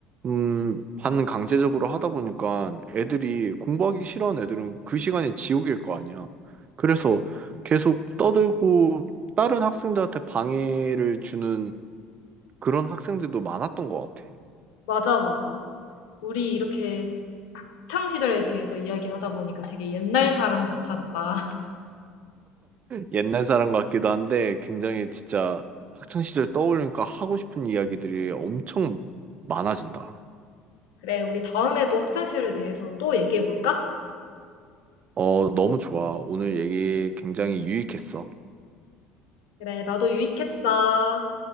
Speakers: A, on the right; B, on the left.
A: 음, 반 강제적으로 하다 보니까 애들이 공부하기 싫어하는 애들은 그 시간이 지옥일 거 아니야. 그래서 계속 떠들고 다른 학생들한테 방해를 주는 그런 학생들도 많았던 것 같아.
B: 맞아, 맞아. 우리 이렇게 학창 시절에 대해서 이야기하다 보니까 되게 옛날 사람 같았다.
A: 옛날 사람 같기도 한데 굉장히 진짜 학창 시절 떠올리니까 하고 싶은 이야기들이 엄청 많아진다.
B: 그래, 우리 다음에도 학창시절에 대해서 또 얘기해 볼까?
A: 어, 너무 좋아. 오늘 얘기 굉장히 유익했어.
B: 그래, 나도 유익했어.